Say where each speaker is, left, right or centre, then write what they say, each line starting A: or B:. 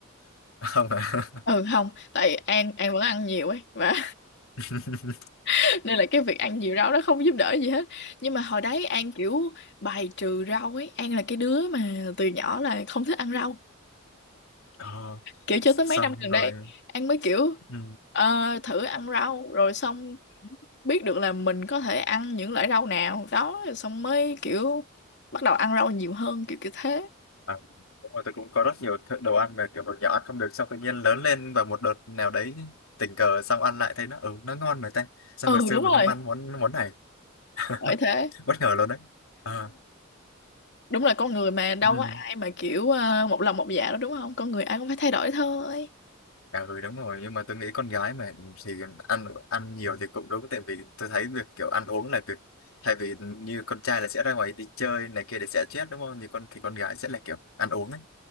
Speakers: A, on the left; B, on the left.
A: <laughs> không à
B: ừ không tại An An vẫn ăn nhiều ấy và
A: <laughs>
B: <laughs> nên là cái việc ăn nhiều rau nó không giúp đỡ gì hết nhưng mà hồi đấy An kiểu bài trừ rau ấy An là cái đứa mà từ nhỏ là không thích ăn rau
A: ờ
B: kiểu cho
A: xong
B: tới mấy năm gần
A: rồi
B: đây An mới kiểu
A: ừ.
B: ờ, thử ăn rau rồi xong biết được là mình có thể ăn những loại rau nào đó xong mới kiểu bắt đầu ăn rau nhiều hơn kiểu kiểu thế
A: À, đúng rồi, tôi cũng có rất nhiều th- đồ ăn mà kiểu hồi nhỏ ăn không được xong tự nhiên lớn lên và một đợt nào đấy tình cờ xong ăn lại thấy nó ừ nó ngon mà ta sao
B: ừ
A: hồi xưa
B: đúng
A: mình
B: rồi
A: không ăn món món này <laughs>
B: bởi thế
A: bất ngờ luôn đấy à,
B: đúng là con người mà đâu
A: ừ.
B: có ai mà kiểu ờ, một lòng một dạ đâu đúng không con người ai cũng phải thay đổi thôi
A: à ừ đúng rồi nhưng mà tôi nghĩ con gái mà thì ăn ăn nhiều thì cũng đúng tại vì tôi thấy việc kiểu ăn uống là việc thay vì như con trai là sẽ ra ngoài đi chơi này kia để xả stress đúng không thì con thì con gái sẽ là kiểu ăn uống ấy